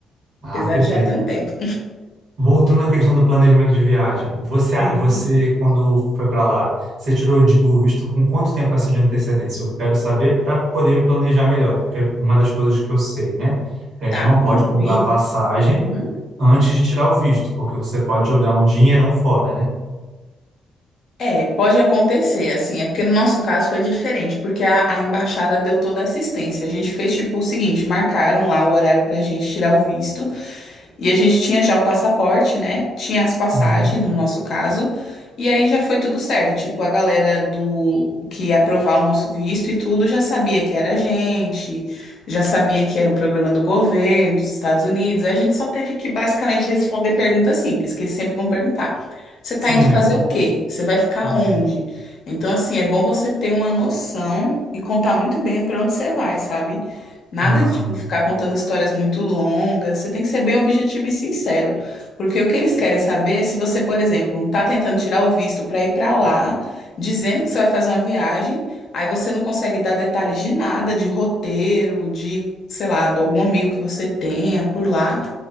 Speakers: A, on the right; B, on the left.
A: Ah,
B: Apesar
A: perfeito.
B: de já ter um tempo.
A: Voltando à questão do planejamento de viagem, você,
B: <laughs>
A: você quando foi para lá, você tirou o di- o visto com quanto tempo assim de antecedência? Eu quero saber para poder me planejar melhor, porque uma das coisas que eu sei, né, que a
B: Tá,
A: gente não pode
B: o
A: comprar
B: visto.
A: passagem
B: Uhum.
A: antes de tirar o visto, porque você pode jogar um dinheirão fora, né?
B: É, pode acontecer, assim, é porque no nosso caso foi diferente, porque a, a embaixada deu toda a assistência. A gente fez tipo o seguinte, marcaram lá o horário pra gente tirar o visto. E a gente tinha já o passaporte, né? Tinha as passagens,
A: Uhum.
B: no nosso caso. E aí já foi tudo certo. Tipo, a galera do que ia aprovar o nosso visto e tudo já sabia que era a gente, já sabia que era um programa do governo dos Estados Unidos. Aí a gente só teve que basicamente responder perguntas simples, que eles sempre vão perguntar. Você tá
A: Sim,
B: indo
A: né?
B: fazer o quê? Você vai ficar
A: Uhum.
B: onde? Então, assim, é bom você ter uma noção e contar muito bem para onde você vai, sabe? Nada
A: Ah,
B: de tipo, ficar contando histórias muito longas. Você tem que ser bem objetivo e sincero. Porque o que eles querem saber é se você, por exemplo, está tentando tirar o visto para ir para lá, dizendo que você vai fazer uma viagem, aí você não consegue dar detalhes de nada, de roteiro, de, sei lá, de algum amigo que você tenha por lá,